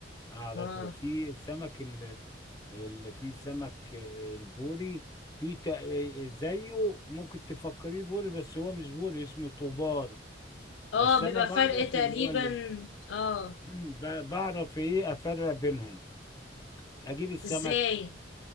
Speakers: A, on the left (about 20°); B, on the left (about 80°).
A: اعرفه
B: اه
A: في السمك اللي فيه سمك آه، البوري في تا- زيه ممكن تفكريه بوري بس هو مش بوري اسمه طوبار
B: اه
A: بس انا
B: بيبقى
A: بعرف
B: فرق تقريبا
A: اللي هو اللي
B: اه
A: <clears throat> ب- بعرف ايه افرق بينهم اجيب السمك
B: ازاي